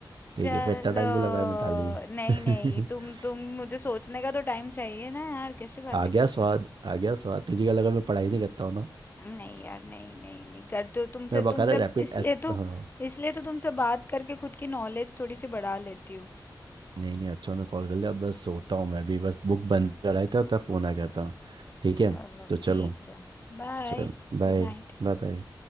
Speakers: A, on the right; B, on the left.
A: ठीक
B: चलो
A: है पर इतना टाइम क्यों लगाया मिताली
B: नहीं
A: <laughs>
B: नहीं तुम तुम मुझे सोचने का तो टाइम चाहिए ना यार कैसी बातें
A: आ गया
B: कर रहे
A: स्वाद
B: हो
A: आ गया स्वाद तुझे क्या लगा मैं पढ़ाई नहीं करता हूँ ना
B: नहीं यार नहीं नहीं नहीं करते हो तुमसे
A: मैं बकायदा
B: तुमसे
A: रैपिड
B: इसलिए
A: एस
B: तो
A: हाँ
B: इसलिए तो तुमसे बात करके खुद की नॉलेज थोड़ी सी बढ़ा लेती हूँ
A: नहीं नहीं अच्छा उन्होंने कॉल कर लिया अब बस सोता हूँ मैं भी बस बुक बंद कराया था तब फोन आ गया था ठीक
B: चलो
A: है तो चलो
B: ठीक है बाय
A: चल बाय
B: Good night
A: बाय बाय